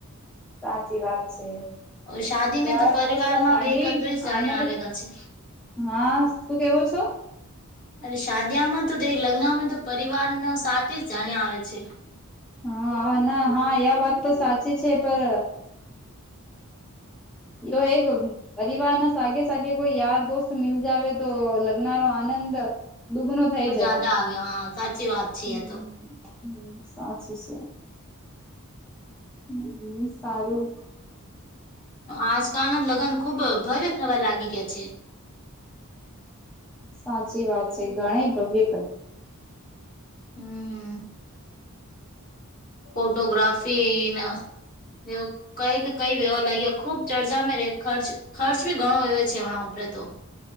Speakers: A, in the centre; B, on the left.
A: સાચી વાત છે.
B: શાદી મેં
A: યાર
B: તો પરિવાર
A: દોસ્ત
B: માં
A: સાગી
B: વેગ હતો જ જાણે
A: આનંદ
B: આવેગા છે.
A: હા શું કે કેવો છો?
B: અરે સાદીયામાં તો તે લગ્નમાં તો પરિવારનો સાથે જ જાણ્યા આવે છે.
A: હા ના હા આ વાત તો સાચી છે પર તો એક પરિવાર ના સાગે સાગે કોઈ યાર દોસ્ત મિલ જવે તો લગનારો આનંદ દુગનો થઈ જહે.
B: જ્યાદા આવ્યા હા સાચી વાત છે
A: હમ્મ
B: એ તો
A: સાચી છે. હમ્મ સારું.
B: આજકાલના લગ્ન ખુબ ભવ્ય થવા લાગી ગયા છે.
A: સાચી વાત છે ઘણ ભવ્ય ક
B: હમ્મ. ફોટોગ્રાફી ના એવું કઈ કે કઈ વેહ લાગ્યા ખુબ ચર્ચામાં રે ખર્ચ ખર્ચ બી ઘણો આવે છે હમણાં ઉપરે તો